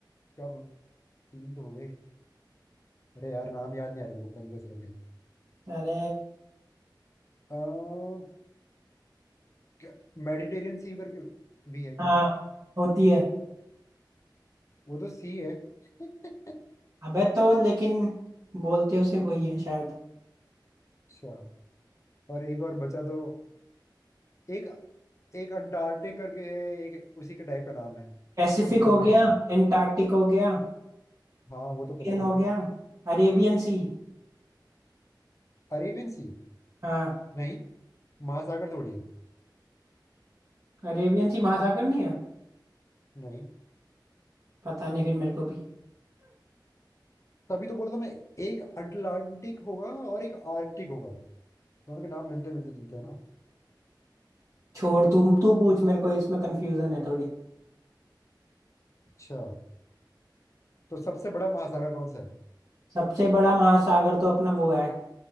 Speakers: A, on the left; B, on the right.
A: क्या बोल तीन तो हो गए अरे यार नाम याद नहीं आ रहा मेरे को, पता नहीं कैसे करके
B: अरे
A: आ, क्या मेडिटेरियन सी करके भी है क्या
B: हाँ होती है
A: वो तो सी है <laughs>
B: अबे तो लेकिन बोलते उसे वही है शायद
A: अच्छा और एक और बचा तो एक एक अंटार्कटिक करके है एक उसी के टाइप का नाम है
B: पैसिफिक
A: जितना
B: हो
A: मेरे
B: गया
A: को याद है।
B: एंटार्कटिक हो गया
A: हाँ वो तो पता
B: इंडियन हो
A: ही है
B: गया अरेबियन सी
A: अरेबियन सी
B: हाँ
A: नहीं महासागर थोड़ी है
B: अरेबियन सी महासागर नहीं है
A: नहीं
B: पता नहीं फिर मेरे को भी
A: तभी तो बोला था मैं एक अटलांटिक होगा और एक आर्कटिक होगा दोनों के नाम मिलते मिलते जुलते हैं ना
B: छोड़ तुम तू पूछ मेरे को इसमें कंफ्यूजन है थोड़ी
A: अच्छा तो सबसे बड़ा महासागर कौन सा है
B: सबसे बड़ा महासागर तो अपना वो है